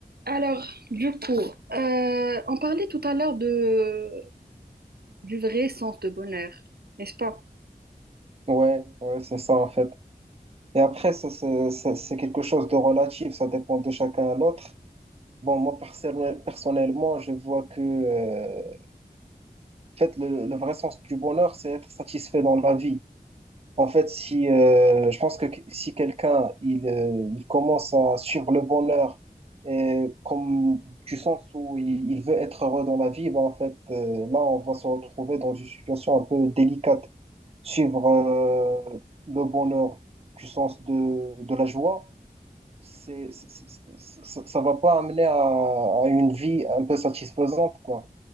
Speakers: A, on the right (about 75°); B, on the right (about 40°).
A: Alors, du coup, euh, on parlait tout à l'heure de, du vrai sens de bonheur, n'est-ce pas?
B: Ouais, ouais, c'est ça en fait. Et après, ça, c'est c'est- c'est quelque chose de relatif, ça dépend de chacun à l'autre. Bon, moi personnel- personnellement, je vois que euh, en fait, le, le vrai sens du bonheur, c'est être satisfait dans la vie. En fait, si euh, je pense que que- si quelqu'un il, euh, il commence à suivre le bonheur et comme du sens où il, il veut être heureux dans la vie, ben en fait, euh, là, on va se retrouver dans une situation un peu délicate. Suivre euh, le bonheur du sens de, de la joie, c'est, c'est- c'est- ça, ça va pas amener à, à une vie un peu satisfaisante, quoi.